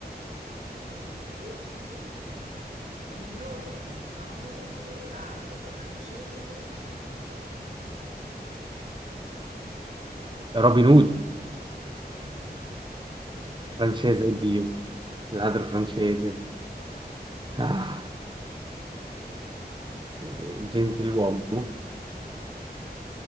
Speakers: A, on the right; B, on the right.
A: Oh, sì, questa è carina. Il nome di un famoso ladro francese gentiluomo.
B: Robin Hood,
A: Francese? Robin Hood
B: francese,
A: era inglese?
B: oddio, ladro francese. Ah. eh, Gentiluomo,
A: Sì?